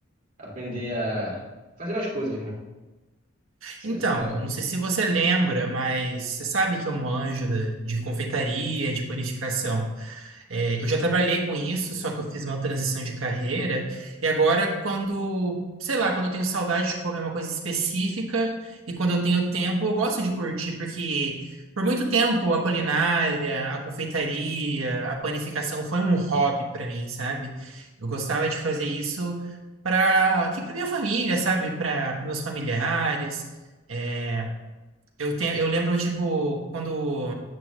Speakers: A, on the right (about 40°); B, on the right (about 80°).
A: aprender a fazer mais coisas, né? Isso
B: Então,
A: é isso é bom.
B: não sei se você lembra, mas você sabe que eu manjo de, de confeitaria, de panificação. É, eu já trabalhei com isso, só que eu fiz uma transição de carreira. E agora, quando, sei lá, quando eu tenho saudade de comer uma coisa específica e quando eu tenho tempo, eu gosto de curtir, porque por muito tempo a culinária, a confeitaria, a panificação foi um hobby para mim, sabe? Eu gostava de fazer isso para aqui para minha família, sabe? Para meus familiares. É, eu tenho, eu lembro, tipo, quando,